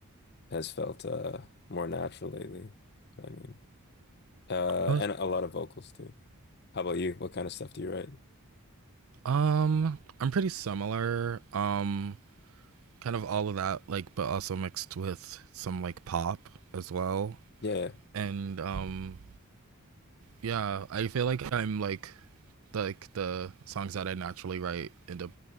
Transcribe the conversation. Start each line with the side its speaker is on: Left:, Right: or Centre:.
Left: has felt uh more natural lately. I mean, uh,
Right: well,
Left: and a lot of vocals too. How about you? What kind of stuff do you write?
Right: um i'm pretty similar um kind of all of that like but also mixed with some like pop as well
Left: Yeah,
Right: and um yeah i feel like i'm like the, like the songs that i naturally write end up